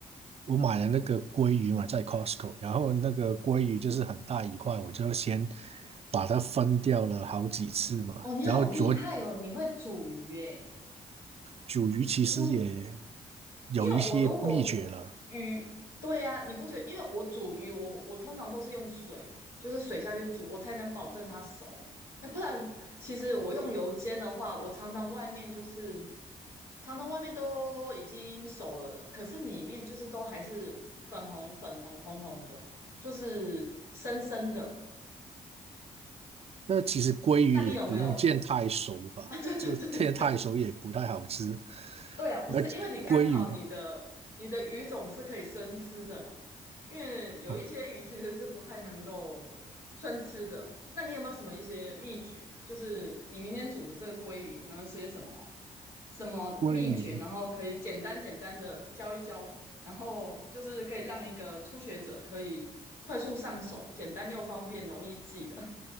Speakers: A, on the right (about 40°); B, on the left (about 90°).
A: 我买了那个鲑鱼嘛，在 Costco，然后那个鲑鱼就是很大一块，我就先把它分掉了好几次嘛。
B: 哦，你好厉害哦，
A: 然后煮
B: 你会煮鱼耶！
A: 煮鱼其实也
B: 其实
A: 有一些秘诀了，
B: 因为我如果鱼，对呀、你不觉得？因为我煮鱼，我我通常都是用水，就是水下去煮，我才能保证它熟。那不然，其实我用油煎的话，我常常外面就是常常外面都已经熟了，可是里面就是都还是粉红粉红红红的，就是生生的。
A: 那其实鲑鱼也不用煎太熟吧，
B: 那你有没有 <laughs> 啊？对对对对对，
A: 这煎太熟也不太好吃。
B: 对呀、不是因为你刚好你的你的鱼种是可以生吃的啦。
A: 要鲑鱼
B: 因为有一些鱼其实是不太能够
A: 哦，
B: 生吃的。那你有没有什么一些秘诀？就是你明天煮的这个鲑鱼有没有一些什么什么秘诀，
A: 鲑鱼
B: 然后可以简单简单的教一教，然后就是可以让一个初学者可以快速上手，简单又方便，容易记的